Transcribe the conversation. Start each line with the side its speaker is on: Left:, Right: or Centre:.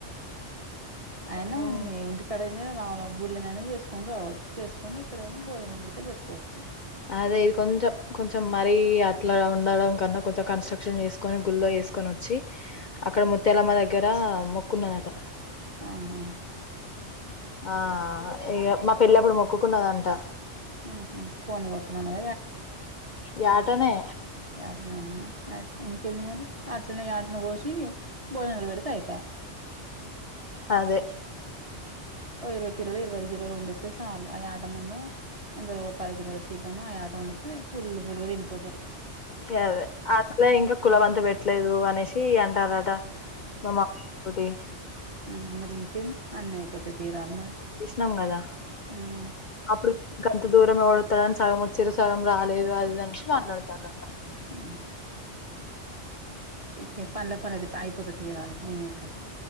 Right: అయిన
Left: హ్మ్
Right: ఉంది ఇంటికడ రావలా గుళ్ళనైనా చేసుకొని రావచ్ చేస్కొని ఇక్కడ ఏమైనా భోజనం పెడితే పెట్టుకోవచ్చు
Left: అదే ఇది కొంచెం కొంచెం మరీ అట్లా ఉండడం కన్నా కొంచెం కన్స్ట్రక్షన్ చేసుకొని గుళ్ల్లో వేసుకొని వచ్చి అక్కడ ముత్యాలమ్మ దగ్గర ఆ మొకున్నదట
Right: అవునా
Left: ఆ ఇగ మా పెళ్ళి అప్పుడు మొక్కుకున్నదట
Right: ఆహా కోని గొతున
Left: ఈ ఆటనే
Right: యాటనేనా ఐ ఇంకేంది మరి అట్నే <unintelligible> ఇంకేం భోజనాలు పెడితే అయిపోయి
Left: అదే
Right: ఓ ఇరవై కిలోలు ఇరవై కిలోలు వండితే చాలు అ యాట మను ఇందులో ఓ పది కిలోల చికెను యా టాళ్లకేం ఫుల్ ఫుల్లుగా తిని పోతరు
Left: అదే అసలే ఇంకా కులవంత పెట్టలేదు అనేసి అంటాన్ రట మమా తోటి
Right: మ్మ్ మరింకేం అన్ని అయిపోతే తీయరాదనా
Left: చేసినాం కదా
Right: మ్మ్
Left: అప్పుడు గంత దూరం ఎవడొత్తాడని సగం వచ్చిరిసు సగం రాలేదు అదిదనేసి మాట్లాడతారంట
Right: మ్మ్ మ్మ్ పన్ల పనయితే అయిపోతది తీయరాద ఏమైతాది